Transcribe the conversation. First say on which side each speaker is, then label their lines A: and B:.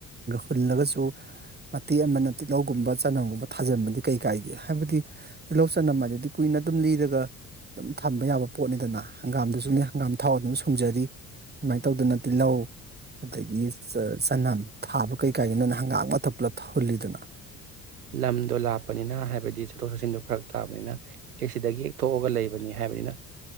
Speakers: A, on the right (about 20°); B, on the right (about 80°).
A: ꯍꯨꯜꯂꯒꯁꯨ ꯃꯇꯦꯛ ꯑꯃꯅ ꯇꯤꯜꯍꯧꯒꯨꯝꯕ ꯆꯅꯝꯒꯨꯝꯕ ꯊꯥꯖꯤꯟꯕꯗꯤ ꯀꯩ ꯀꯥꯏꯒꯦ ꯍꯥꯏꯕꯗꯤ ꯇꯤꯜꯍꯧ ꯆꯅꯝ ꯑꯗꯨꯗꯤ ꯀꯨꯏꯅ ꯑꯗꯨꯝ ꯂꯤꯔꯒ ꯑꯗꯨꯝ ꯊꯝꯕ ꯌꯥꯕ ꯄꯣꯠꯅꯤꯗꯅ ꯍꯪꯒꯥꯝꯗꯨꯁꯨꯅꯦ ꯍꯪꯒꯥꯝ ꯊꯥꯎ ꯑꯗꯨꯝ ꯁꯨꯡꯖꯔꯤ ꯑꯗꯨꯃꯥꯏ ꯇꯧꯗꯅ ꯇꯤꯜꯍꯧ ꯑꯗꯒꯤ ꯆꯅꯝ ꯊꯥꯕ ꯀꯩꯀꯥꯏꯒꯤꯅꯣꯅ ꯍꯪꯒꯥꯥꯡ ꯃꯥꯛꯊꯛ ꯄꯨꯜꯂꯞ ꯍꯨꯜꯂꯤꯗꯅ
B: ꯂꯝꯗꯣ ꯂꯥꯞꯄꯅꯤꯅ ꯍꯥꯏꯕꯗꯤ ꯆꯠꯊꯣꯛ ꯆꯠꯁꯤꯟꯗꯣ ꯐꯔꯛ ꯇꯥꯕꯤꯅ ꯑꯦ ꯁꯤꯗꯒꯤ ꯊꯣꯛꯑꯒ ꯂꯩꯕꯅꯤ ꯍꯥꯏꯕꯅꯤꯅ